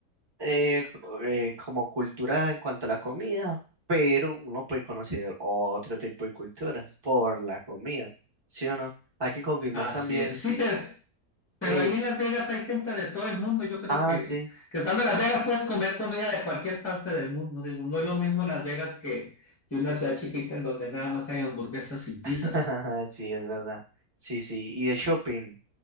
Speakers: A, on the right; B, on the left.
A: eh, co- eh, como cultura en cuanto a la comida, pero uno puede conocer otro tipo de culturas por la comida, ¿sí o no? Hay que confirmar
B: Así
A: también.
B: es. Sí, pero, pero
A: eh,
B: ahí en Las Vegas hay gente de todo el mundo. Yo creo
A: ah,
B: que,
A: sí,
B: que estando en Las Vegas puedes comer comida de cualquier parte del mundo. Digo, no es lo mismo Las Vegas que, que una ciudad chiquita en donde nada más hay hamburguesas y pizzas.
A: <laughs> sí, es verdad. Sí, sí. Y de shopping.